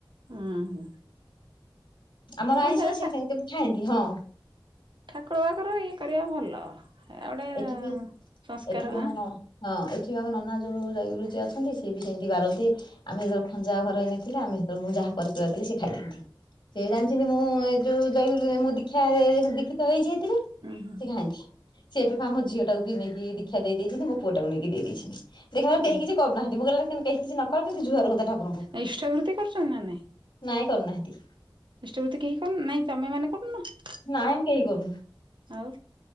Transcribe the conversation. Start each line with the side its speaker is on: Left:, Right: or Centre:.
Right: ହୁଁ ହୁଁ
Left: ଆମର
Right: ହଁ
Left: ଆଇଁଷ
Right: ସେଟା
Left: ଆସିଥାଏ କିନ୍ତୁ କେବେ ଖାଏନି ହଁ।
Right: ଠାକୁର ବାକୁର ଇଏ କରିବା ଭଲ। ଏ ଗୋଟେ
Left: ଏଠିବି
Right: ସଂସ୍କାର
Left: ଏଠିବି
Right: ଆଁ
Left: ଆମନ ହଁ ଏଠି ଆମ ନନା ଯୋଉ ଜୟଗୁରୁ ଯିଏ ଅଛନ୍ତି ସିଏ ବି ସେମିତି ବାରନ୍ତି। ଆମେ ଯେତେବେଳେ ଖଞ୍ଜା ଘର ହେଇନଥିଲା ଆମେ ସେତେବେଳେ ମୁଁ ଯାହା କାରିକୁରା ଦେଲେ ସେ ଖାଇ ଦଉଥିଲେ। ସେ ଜାଣିଛନ୍ତି ମୁଁ ଏ ଯୋଉ ଜୟଗୁରୁ ମୁଁ ଦୀକ୍ଷା ଦୀକ୍ଷିତ ହେଇଛି ହେଥିରେ ସେ
Right: ଉଁ ହୁଁ
Left: ଖାଆନ୍ତି ସିଏ ଏବେ ପା ମୋ ଝିଅ ଟାକୁ ବି ନେଇକି ଦୀକ୍ଷା ଦେଇ ଦେଇଛନ୍ତି ମୋ ପୁଅ ଟାକୁ ନେଇକି ଦେଇ ଦେଇଛନ୍ତି। ଦେଖିଲାବେଳକୁ
Right: ହୁଁ
Left: କେହି କିଛି କରୁନାହାନ୍ତି ମୁଁ କହିଲି କେହି କିଛି ନ କରୁଛନ୍ତି ଜୁଆର ହୋଉଥା ଠାକୁରଙ୍କୁ।
Right: ଇଷ୍ଟାବୃତ୍ତି କରୁଛନ୍ତି ନା ନାଇଁ?
Left: ନାଇଁ କରୁନାହାନ୍ତି।
Right: ଇଷ୍ଟାବୃତ୍ତି କେହି କରୁ ନାଇଁ ତମେ ମାନ କରୁନ କି?
Left: ନାଇଁ ଆମେ କେହି କରୁନୁ।
Right: ଆଉ